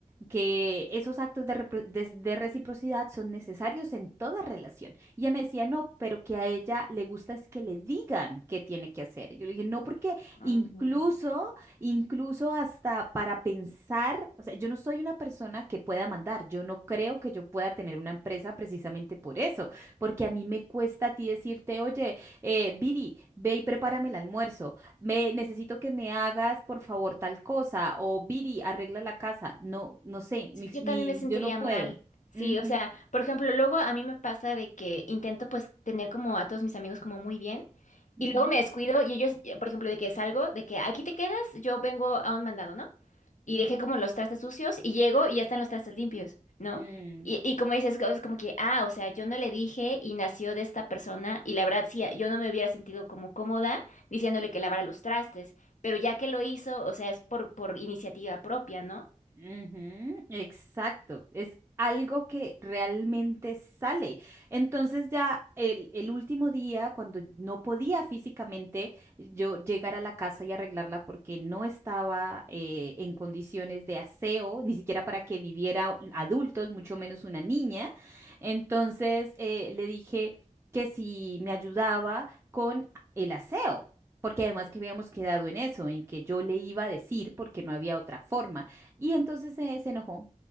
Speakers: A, on the right (about 20°); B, on the left (about 65°).
A: que esos actos de, repro- de- de reciprocidad son necesarios en toda relación. Y ella me decía, no, pero que a ella le gusta es que le digan qué tiene que hacer. Y yo le dije, no, porque
B: Mm.
A: incluso, incluso hasta para pensar, o sea, yo no soy una persona que pueda mandar, yo no creo que yo pueda tener una empresa precisamente por eso, porque a mí me cuesta a ti decirte, oye, eh, Viri, ve y prepárame el almuerzo. Me necesito que me hagas, por favor, tal cosa, o Viri, arregla la casa. No, no sé,
B: Sí,
A: mi,
B: Yo
A: mi-
B: también me sentiría
A: yo no puedo.
B: mal. Sí,
A: Ujú,
B: o sea, por ejemplo, luego a mí me pasa de que intento pues tener como a todos mis amigos como muy bien
A: ujú,
B: y luego me descuido y ellos, eh, por ejemplo, de que salgo, de que aquí te quedas, yo vengo a un mandado, ¿no? Y
A: ujú.
B: dejé como los trastes sucios y llego y ya están los trastes limpios, ¿no?
A: Mm.
B: Y, y como dices, es como que, ah, o sea, yo no le dije y nació de esta persona y la verdad sí, yo no me hubiera sentido como cómoda diciéndole que lavara los trastes, pero ya que lo hizo, o sea, es por, por iniciativa propia, ¿no?
A: Ujú, exacto, es algo que realmente sale. Entonces ya el, el último día, cuando no podía físicamente yo llegar a la casa y arreglarla porque no estaba eh, en condiciones de aseo, ni siquiera para que viviera adultos, mucho menos una niña, entonces eh, le dije que si me ayudaba con el aseo. Porque además que habíamos quedado en eso, en que yo le iba a decir porque no había otra forma. Y entonces se, se enojó.